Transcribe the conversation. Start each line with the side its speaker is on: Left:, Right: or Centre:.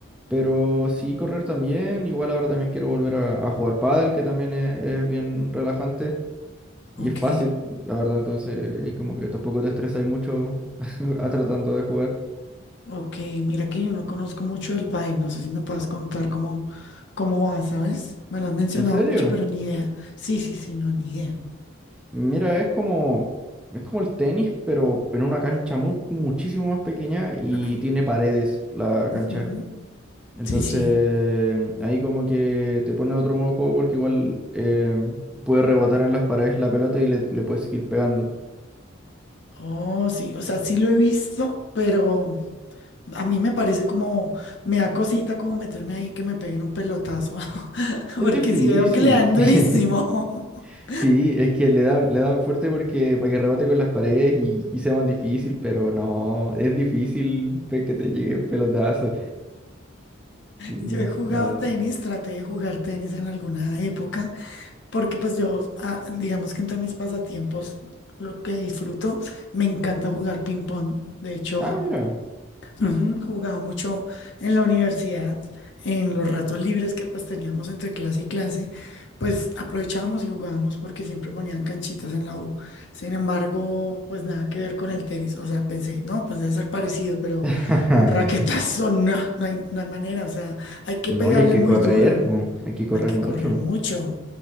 Centre: Pero sí correr también, igual ahora también quiero volver a, a jugar pádel, que también es, es bien relajante y
Left: Ok.
Centre: es fácil, la verdad, entonces ahí como que tampoco te estresas mucho <laughs> a tratando de jugar.
Left: Ok, mira que yo no conozco mucho el pádel, no sé si me puedes contar cómo, cómo va, ¿sabes? Me lo has mencionado
Centre: ¿En serio?
Left: mucho, pero ni idea. Sí, sí, sí, no, ni idea.
Centre: Mira, es como, es como el tenis, pero en una cancha mu- muchísimo más pequeña y
Left: <clears throat>
Centre: tiene paredes la cancha.
Left: Ujú,
Centre: Entonces,
Left: Sí, sí.
Centre: ahí como que te pone otro modo de juego porque igual eh, puedes rebotar en las paredes la pelota y le, le puedes seguir pegando.
Left: Oh, sí, o sea, sí lo he visto, pero a mí me parece como, me da cosita como meterme ahí que me peguen un pelotazo, <laughs> porque
Centre: Es difícil.
Left: si veo que le dan durísimo.
Centre: <laughs>
Left: <laughs>
Centre: Sí, es que le dan, le dan fuerte porque para que rebote con las paredes y, y sea más difícil, pero no, es difícil pe- que te llegue pelotazo. Sí,
Left: Yo he jugado
Centre: no.
Left: tenis, traté de jugar tenis en alguna época. porque pues yo, ah, digamos que entre mis pasatiempos, lo que disfruto, me encanta jugar ping pong. De hecho,
Centre: Ah, mira.
Left: Ujú, Jugaba mucho en la universidad, en los ratos libres que pues teníamos entre clase y clase, pues aprovechábamos y jugábamos porque siempre ponían canchitas en la U. Sin embargo, pues nada que ver con el tenis. O sea, pensé, no, pues debe ser parecido, pero
Centre: <laughs>
Left: un raquetazo, <laughs> no, no hay, no hay manera. O sea, hay que
Centre: No,
Left: pegarle
Centre: y hay que
Left: muy
Centre: correr,
Left: duro,
Centre: pues, hay que correr
Left: hay que
Centre: mucho.
Left: correr mucho.